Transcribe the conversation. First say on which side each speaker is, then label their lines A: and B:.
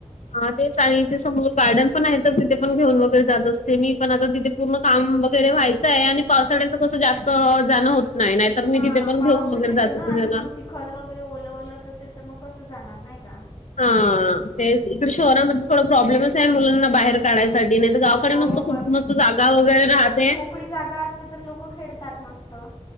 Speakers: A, on the left; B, on the left.
A: हा तेच आणि इथे समोर गार्डन पणे तर तिथे पण घेऊन वगैरे जात असते मी पण आता तिथे पण. पूर्ण काम वगैरे व्हायचंय आणि पावसाळ्याचं कसं जास्त जाणं होत नाही नाहीतर.
B: हा
A: मी तिथे पण
B: पाऊसच
A: घेऊन वगैरे
B: येतोय
A: जात
B: ना
A: असे
B: आणि
A: त्याला
B: मग चिखल बघ. गरे ओलं, उल्हास असेल तर मग कसं जाणार नाही का.
A: हा तेच इकडं
B: हां
A: शहरांमध्ये थोडा प्रॉब्लेमचे मुलांना बाहेर तळ्यासाठी नाहीतर गावाकडं
B: हो
A: मस्त खूप मस्त जागा वगैरे राहते.
B: पुढे जागा असं ती तर लोक खेडतात मग मस्त.